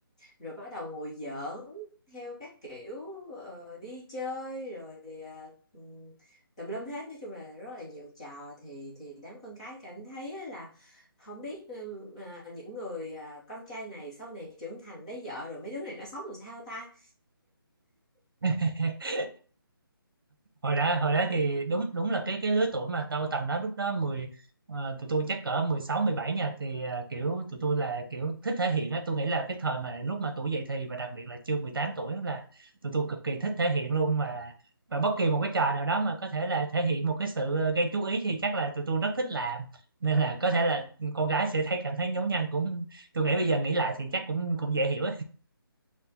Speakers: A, on the left (about 15°); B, on the right (about 65°).
A: rồi bắt đầu ngồi giỡn theo các kiểu ờ, đi chơi rồi ờ, ừ, tùm lum hết nói chung là rất là nhiều trò thì thì đám con cái cảm thấy á là không biết ừ, à, những người à, con trai này sau này trưởng thành lấy vợ rồi mấy đứa này nó sống làm sao ta
B: <laughs> hồi đó hồi đó thì đúng đúng là cái cái lứa tuổi mà tao tầm đó lúc đó 10 ờ, tụi tôi chắc cỡ 16 17 nha thì ờ, kiểu tụi tôi là kiểu thích thể hiện á tôi nghĩ là cái thời mà lúc mà tuổi dậy thì và đặc biệt là chưa 18 tuổi là tụi tôi cực kỳ thích thể hiện luôn mà và bất kỳ một cái trò nào đó mà có thể là thể hiện một cái sự ờ, gây chú ý thì chắc là tụi tôi rất thích làm nên là có thể là con gái sẽ thấy cảm thấy nhố nhăng cũng tôi nghĩ bây giờ nghĩ lại thì chắc cũng cũng dễ hiểu